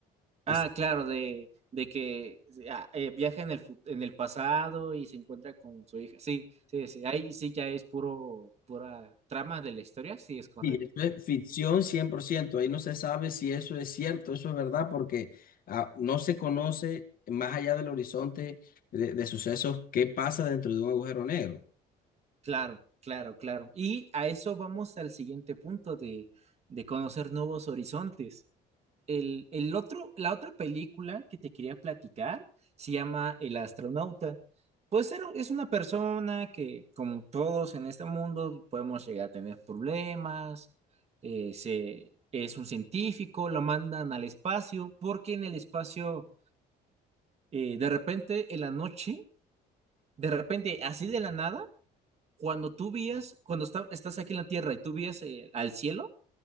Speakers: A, on the left; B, on the right.
A: que
B: Ah,
A: se-
B: claro, de, de que ah, eh, viaja en el, fu- en el pasado y se encuentra con su hija. Sí, sí, sí, ahí sí ya es puro, pura trama de la historia, sí es correcto.
A: Y eso es ficción 100%. ahí no se sabe si eso es cierto, eso es verdad, porque ah, no se conoce más allá del horizonte de, de sucesos qué pasa dentro de un agujero negro.
B: Claro, claro, claro. Y a eso vamos al siguiente punto de, de conocer nuevos horizontes. El, el otro, la otra película que te quería platicar se llama El astronauta. Pues era- es una persona que, como todos en este mundo, podemos llegar a tener problemas. eh, se, es un científico, lo mandan al espacio, porque en el espacio, eh, de repente, en la noche, de repente, así de la nada, cuando tú vías, cuando está- estás aquí en la Tierra y tú vías eh, al cielo,